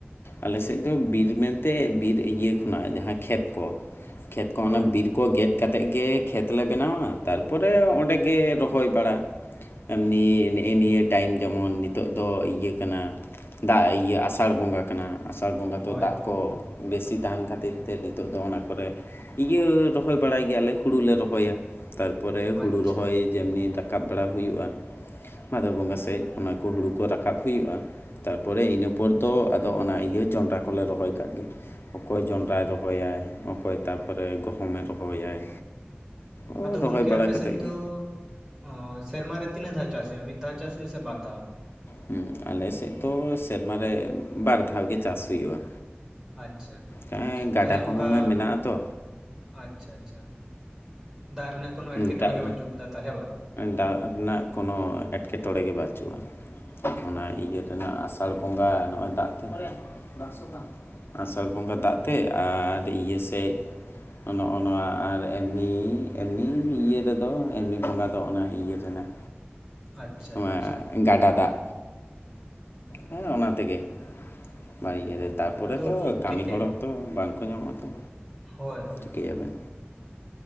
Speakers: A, on the left; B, on the right.
A: ᱟᱞᱮᱥᱮᱫ ᱫᱚ ᱵᱤᱨ ᱢᱮᱱᱛᱮ ᱵᱤᱨ ᱤᱭᱟᱹ ᱠᱷᱚᱱᱟᱜ ᱡᱟᱦᱟᱸ ᱠᱷᱮᱛ ᱠᱚ ᱠᱷᱮᱛ ᱠᱚ
B: ᱦᱳᱭ
A: ᱚᱱᱟ ᱵᱤᱨ ᱠᱚ ᱜᱮᱫ ᱠᱟᱛᱮᱫ ᱜᱮ ᱠᱷᱮᱛ ᱞᱮ ᱵᱮᱱᱟᱣᱟ᱾ ᱛᱟᱨᱯᱚᱨᱮ ᱚᱸᱰᱮ ᱜᱮ ᱨᱚᱦᱚᱭ ᱵᱟᱲᱟ ᱮᱢᱱᱤ ᱱᱮᱜ-ᱮ ᱱᱤᱭᱟᱹ ᱴᱟᱭᱤᱢ ᱡᱮᱢᱚᱱ ᱱᱤᱛᱚᱜ ᱫᱚ ᱤᱭᱟᱹ ᱠᱟᱱᱟ ᱫᱟᱜ ᱤᱭᱟᱹ ᱟᱥᱟᱲ ᱵᱚᱸᱜᱟ ᱠᱟᱱᱟ ᱟᱥᱟᱲ ᱵᱚᱸᱜᱟ ᱫᱚ
B: ᱦᱳᱭ
A: ᱫᱟᱜ
B: ᱦᱳᱭ
A: ᱠᱚ ᱵᱮᱥᱤ ᱛᱟᱦᱮᱱ ᱠᱷᱟᱹᱛᱤᱨ ᱛᱮ ᱱᱤᱛᱚᱜ ᱫᱚ ᱚᱱᱟ ᱠᱚᱨᱮ ᱤᱭᱟᱹ ᱨᱚᱦᱚᱭ ᱵᱟᱲᱟᱭ ᱜᱮᱭᱟᱞᱮ ᱦᱩᱲᱩ ᱞᱮ ᱨᱚᱦᱚᱭᱟ᱾ ᱛᱟᱨ ᱯᱚᱨᱮ ᱦᱩᱲᱩ
B: ᱟᱪᱪᱷᱟ
A: ᱨᱚᱦᱚᱭ ᱡᱮᱢᱱᱤ ᱨᱟᱠᱟᱵ ᱵᱟᱲᱟ ᱦᱩᱭᱩᱜ-ᱟ, ᱵᱷᱟᱸᱫᱚᱨ ᱵᱚᱸᱜᱟ ᱥᱮᱡᱽ ᱚᱱᱟ ᱠᱚ ᱦᱩᱲᱩ ᱠᱚ ᱨᱟᱠᱟᱵ ᱦᱩᱭᱩᱜ-ᱟ᱾ ᱛᱟᱨᱯᱚᱨᱮ ᱤᱱᱟᱹ ᱯᱚᱨ ᱫᱚ ᱟᱫᱚ ᱚᱱᱟ ᱤᱭᱟᱹ ᱡᱚᱱᱰᱨᱟ ᱠᱚᱞᱮ ᱨᱚᱦᱚᱭ ᱠᱟᱜᱽ ᱜᱮ᱾ ᱚᱠᱚᱭ ᱡᱚᱸᱰᱨᱟᱭ ᱨᱚᱦᱚᱭᱟᱭ ᱚᱠᱚᱭ ᱛᱟ ᱯᱚᱨᱮ ᱜᱚᱦᱚᱢᱮ ᱨᱚᱦᱚᱭᱟᱭ ᱚ
B: ᱟᱫᱚ
A: ᱨᱚᱦᱚᱭ
B: ᱜᱚᱝᱠᱮ
A: ᱵᱟᱲᱟ
B: ᱟᱯᱮ
A: ᱠᱟᱛᱮᱫ
B: ᱥᱮᱱ ᱫᱚ
A: ᱜᱮ᱾
B: ᱚ ᱥᱮᱨᱢᱟ ᱨᱮ ᱛᱤᱱᱟᱹᱜ ᱫᱷᱟᱣ ᱪᱟᱥ ᱦᱩᱭᱩᱜ-ᱟ ᱢᱤᱫ ᱫᱷᱟᱣ ᱪᱟᱥ ᱦᱩᱭᱩᱜ-ᱟ ᱥᱮ ᱵᱟᱨ ᱫᱷᱟᱣ?
A: ᱦᱩ ᱟᱞᱮ ᱥᱮᱡᱽ ᱫᱚ ᱥᱮᱨᱢᱟ ᱨᱮ ᱵᱟᱨ ᱫᱷᱟᱣ ᱜᱮ ᱪᱟᱥ ᱦᱩᱭᱩᱜ-ᱟ᱾
B: ᱟᱪᱪᱷᱟ
A: ᱦᱮ ᱜᱟᱰᱟ
B: ᱛᱟᱦᱚᱞᱮ ᱚᱱᱠᱟ
A: ᱠᱚᱦᱚᱸ ᱢᱮᱱᱟᱜ-ᱟᱛᱚ᱾
B: ᱟᱪᱪᱷᱟ ᱟᱪᱪᱷᱟ ᱫᱟᱜ ᱨᱮᱱᱟᱜ ᱠᱳᱱᱳ
A: ᱫᱟᱜ
B: ᱮᱴᱠᱮᱴᱚᱬᱮ ᱜᱮ ᱵᱟᱪᱩᱜ ᱟᱠᱟᱫᱟ ᱛᱟᱦᱞᱮ ᱵᱟᱝ᱾
A: ᱫᱟᱜ ᱨᱮᱱᱟᱜ ᱠᱳᱱᱳ ᱮᱴᱠᱮᱴᱚᱬᱮ ᱜᱮ ᱵᱟᱹᱪᱩᱜ-ᱟ᱾ ᱚᱱᱟ
B: ᱚ,
A: ᱤᱭᱟᱹ ᱨᱮᱱᱟᱜ ᱟᱥᱟᱲ ᱵᱚᱸᱜᱟ ᱱᱚᱜ-ᱚᱭ ᱫᱟᱜ ᱛᱮ᱾ ᱚᱠᱚᱨᱭᱟ ᱵᱟᱠᱥᱚ ᱛᱟᱢ, ᱟᱥᱟᱲ ᱵᱚᱸᱜᱟ ᱫᱟᱜ ᱛᱮ ᱟᱨ ᱤᱭᱟᱹ ᱥᱮᱡᱽ ᱱᱚᱜ-ᱚ ᱚᱱᱟ ᱟᱨ ᱮᱢᱱᱤ ᱮᱢᱱᱤ ᱤᱭᱟᱹ ᱨᱮᱫᱚ ᱮᱢᱱᱤ ᱵᱚᱸᱜᱟ ᱫᱚ ᱚᱱᱟ ᱤᱭᱟᱹ ᱨᱮᱱᱟᱜ᱾
B: ᱟᱪᱪᱷᱟ
A: ᱚᱣᱟ
B: ᱟᱪᱪᱷᱟ
A: ᱜᱟᱰᱟ ᱫᱟᱜ᱾ ᱦᱮ ᱚᱱᱟ ᱛᱮᱜᱮ ᱢᱟᱨ ᱤᱭᱟᱹ
B: ᱚ
A: ᱛᱮ ᱛᱟᱨᱯᱚᱨᱮ
B: ᱟᱫᱚ
A: ᱛᱚ
B: ᱜᱚᱝᱠᱮ
A: ᱠᱟᱹᱢᱤ ᱦᱚᱲᱚ ᱛᱚ ᱵᱟᱝ ᱠᱚ ᱧᱟᱢᱚᱜ-ᱟ ᱛᱚ᱾
B: ᱦᱳᱭ ᱦᱳᱭ
A: ᱪᱤᱠᱟᱹᱭᱟᱵᱮᱱ
B: ᱦᱳᱭ᱾